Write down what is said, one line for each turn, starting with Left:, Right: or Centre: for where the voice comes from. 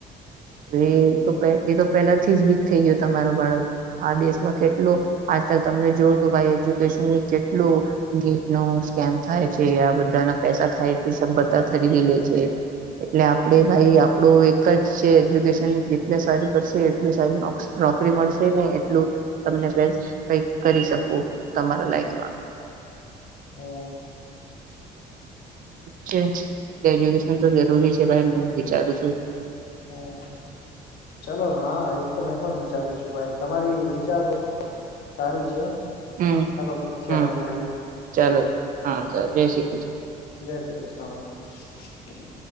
Right: એતો એતો પહેલેથી વી થઈ ગયો તમારો બાળક, આ દેશમાં કેટલું આજકાલ તમને જોવું તો ભાઈ એજ્યુકેશન ની કેટલું ગેટ નો સ્કેન થાય છે આ બધાના પેસા ખાયથી બધા ખરીદી લે છે. એટલે આપડે ભાઈ આપણું એક જ છે એજ્યુકેશન જેટલ સારું કરશે એટલું સારું નોક નોકરી મળશે ને એટલું તમને બેસ્ટ કઈ કરી શકો તમારા લાઈફમાં.
Left: હમ.
Right: છે જ કે એજ્યુકેશન તો જરૂરી છે, હું વિચારું છું.
Left: હા ચલો, હા એક તો મેં પણ વિચારું છું ભાઈ તમારી વિચાર બ સારી છે.
Right: હમ્મ,
Left: ઠીક છે
Right: હમ્મ
Left: આપડે મળીએ
Right: ચાલો હા ચાલ જય શ્રી કૃષ્ણ.
Left: જય શ્રી કૃષ્ણ, ભાઈ.